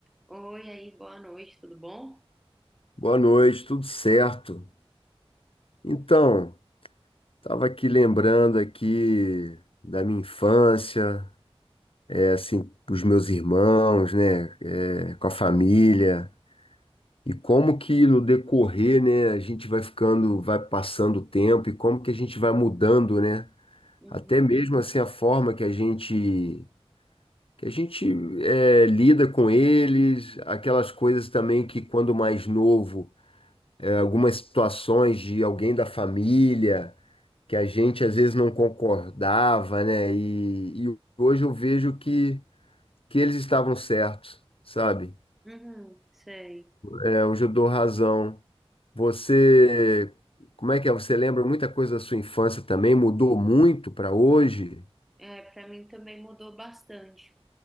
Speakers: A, in the centre; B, on the left.
A: Oi, aí, boa noite, tudo bom?
B: Boa noite, tudo certo? Então, estava aqui lembrando aqui da minha infância, é, assim, os meus irmãos, né, é, com a família e como que no decorrer, né, a gente vai ficando, vai passando o tempo e como que a gente vai mudando, né?
A: Uhum.
B: Até mesmo assim a forma que a gente que a gente é, lida com eles, aquelas coisas também que quando mais novo, é, algumas situações de alguém da família que a gente às vezes não concordava, né? E, e hoje eu vejo que, que eles estavam certos, sabe?
A: Uhum, sei.
B: É, hoje eu dou razão. Você, como é que é? Você lembra muita coisa da sua infância também? Mudou muito para hoje?
A: É, para mim também mudou bastante,